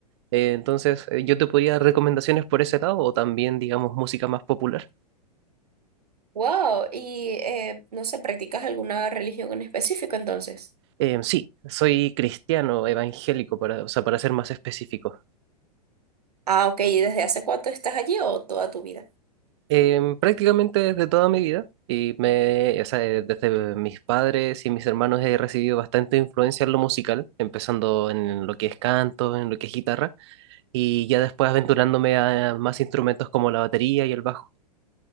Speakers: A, on the right; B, on the right.
A: Eh, entonces, eh, yo te podría dar recomendaciones por ese lado o también, digamos, música más popular.
B: Wow, y eh, no sé, ¿practicas alguna religión en específico entonces?
A: Eh, sí, soy cristiano evangélico, para, o sea, para ser más específico.
B: Ah, ok, ¿y desde hace cuánto estás allí o toda tu vida?
A: Em, prácticamente desde toda mi vida, y me, o sea, eh, desde mis padres y mis hermanos he recibido bastante influencia en lo musical, empezando en lo que es canto, en lo que es guitarra, y ya después aventurándome a más instrumentos como la batería y el bajo.